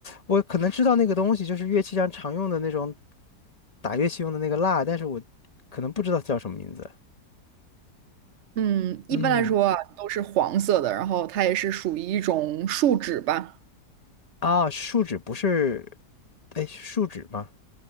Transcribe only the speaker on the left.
我可能知道那个东西就是乐器上常用的那种打乐器用的那个蜡，但是我可能不知道它叫什么名字。
嗯，
啊，树脂不是。哎，树脂吗？